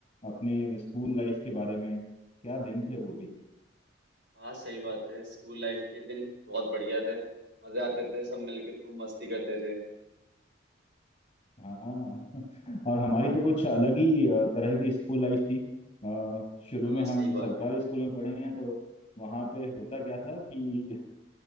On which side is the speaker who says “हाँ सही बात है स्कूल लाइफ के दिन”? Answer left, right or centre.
Right